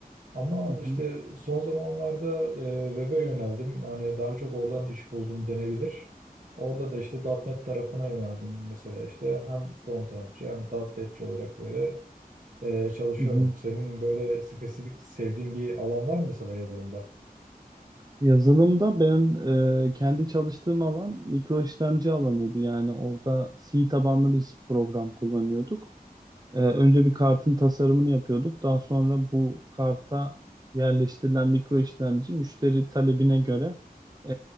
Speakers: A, on the right; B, on the right.
A: Ama
B: Hı
A: işte
B: hı,
A: son zamanlarda e, web'e yöneldim. Hani daha çok oradan iş buldum denebilir. Orada da işte .nokta .NET tarafına yöneldim mesela işte hem frontendçi hem .nokta .NET'çi olarak böyle e, çalışıyorum.
B: hı hı.
A: Senin böyle spesifik sevdiğin bir alan var mı mesela yazılımda?
B: Yazılımda benim e, kendi çalıştığım alan mikro işlemci alanıydı. Yani orada C tabanlı biz program kullanıyorduk. Ee, önce bir kartın tasarımını yapıyorduk. Daha sonra bu karta yerleştirilen mikro işlemci müşteri talebine göre e,